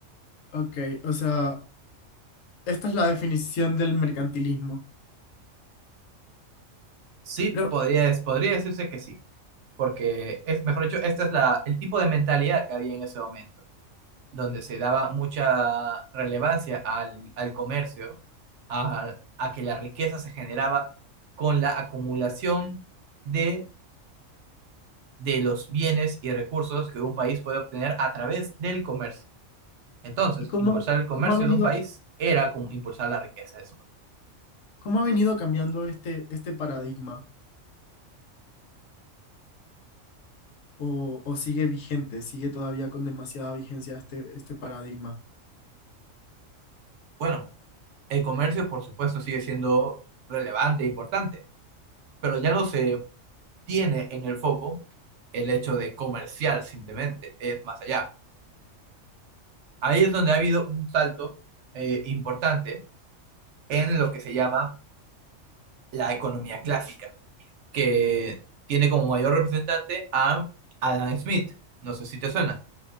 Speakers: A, on the left; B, on the right.
A: ok, o sea, Esta es la definición del mercantilismo.
B: Sí,
A: Pero,
B: podría, podría decirse que sí. porque es, mejor dicho, este es la, el tipo de mentalidad que había en ese momento, donde se daba mucha relevancia al, al comercio, a, a que la riqueza se generaba con la acumulación de, de los bienes y recursos que un país puede obtener a través del comercio. Entonces,
A: ¿y cómo,
B: impulsar el comercio
A: cómo ha venido,
B: de un país era como impulsar la riqueza de su país.
A: cómo ha venido cambiando este, este paradigma? ¿O, o sigue vigente, sigue todavía con demasiada vigencia este, este paradigma?
B: Bueno, el comercio, por supuesto, sigue siendo relevante e importante, pero ya no se tiene en el foco el hecho de comercial simplemente, es más allá. Ahí es donde ha habido un salto eh, importante en lo que se llama la economía clásica, que tiene como mayor representante a Adam Smith. No sé si te suena.